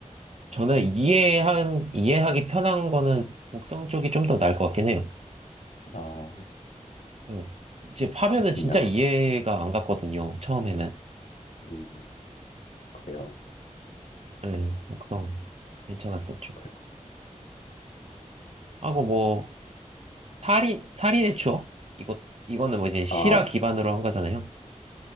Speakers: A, on the right; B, on the left.
A: 저는 이해한 이해하기 편한 거는 곡성 쪽이 좀 더 나을 것 같긴 해요
B: 아
A: 네. 이제 파면은
B: 그랬군요.
A: 진짜 이해가 안 갔거든요 처음에는
B: 음 그래요.
A: 네, 곡성 괜찮았었죠
B: 그랬군.
A: 하고 뭐 살인, 살인의 추억? 이거, 이거는 뭐 이제 실화
B: 아아아
A: 기반으로 한 거잖아요.